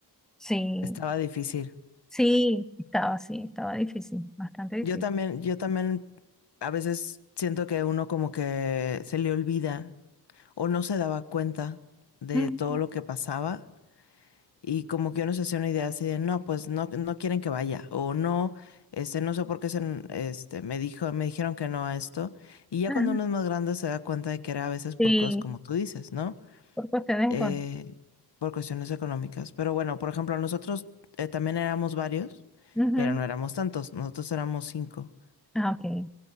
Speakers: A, in the centre; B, on the left.
A: Sí.
B: Estaba difícil.
A: Sí, estaba, sí, estaba difícil, bastante difícil.
B: Yo también, yo también a veces siento que uno como que se le olvida o no se daba cuenta de
A: Ujú.
B: todo lo que pasaba y como que uno se hacía una idea así de no, pues no, no quieren que vaya o no, este, no sé por qué se, este, me dijo, me dijeron que no a esto y ya
A: Ajá,
B: cuando uno es más grande se da cuenta de que era a veces por
A: Sí,
B: cosas como tú dices, ¿no?
A: por cuestiones
B: Eh,
A: con.
B: por cuestiones económicas. Pero bueno, por ejemplo, nosotros eh, también éramos varios,
A: Ujú.
B: pero no éramos tantos, nosotros éramos cinco.
A: Ah, ok,